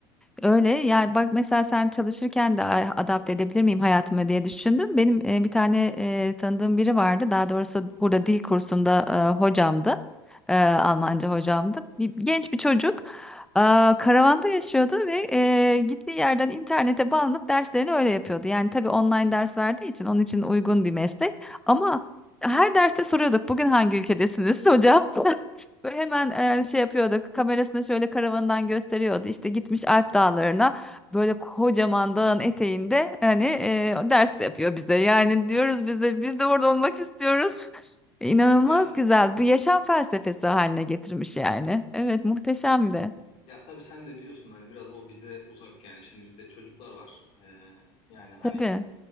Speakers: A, in the centre; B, on the left.
A: Öyle yani bak mesela sen çalışırken de "Ay, adapte edebilir miyim hayatıma diye düşündüm. Benim e, bir tane e, tanıdığım biri vardı. Daha doğrusu burada dil kursunda e, hocamdı. E, Almanca hocamdı. Bir, genç bir çocuk e, karavanda yaşıyordu ve e, gittiği yerden internete bağlanıp derslerini öyle yapıyordu. Yani tabii online ders verdiği için onun için uygun bir meslek. Ama her derste soruyorduk bugün hangi ülkedesiniz <laughs> hocam? Böyle hemen e, şey yapıyordu. Kamerasını şöyle karavanından gösteriyordu. İşte gitmiş Alp Dağları'na böyle kocaman dağın eteğinde hani e, ders yapıyor bize. Yani diyoruz biz de biz de orada olmak istiyoruz. <laughs> İnanılmaz
B: Ya
A: güzel. Bu yaşam felsefesi haline getirmiş yani. Evet muhteşem de.
B: Ya tabii sen de biliyorsun hani biraz o bize uzak yani şimdi bizde çocuklar var. Ee, yani hani
A: Tabii.